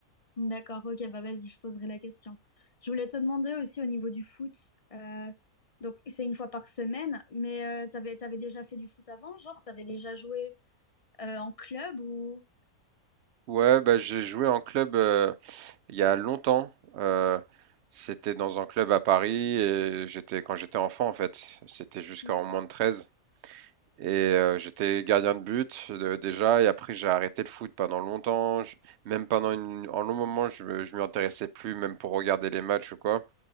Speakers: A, on the left (about 65°); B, on the right (about 65°).
A: D'accord, ok, bah vas-y, je poserai la question. Je voulais te demander aussi au niveau du foot, euh, donc c'est une fois par semaine, mais euh, t'avais, t'avais déjà fait du foot avant, genre t'avais déjà joué euh, en club ou...
B: Ouais, bah, j'ai joué en club euh, il y a longtemps. Euh, c'était dans un club à Paris et j'étais quand j'étais enfant, en fait. C'était jusqu'en
A: D'accord.
B: moins de 13. Et euh, j'étais gardien de but euh, déjà, et après j'ai arrêté le foot pendant longtemps. Je- même pendant une- un long moment, je, me- je m'y intéressais plus, même pour regarder les matchs ou quoi.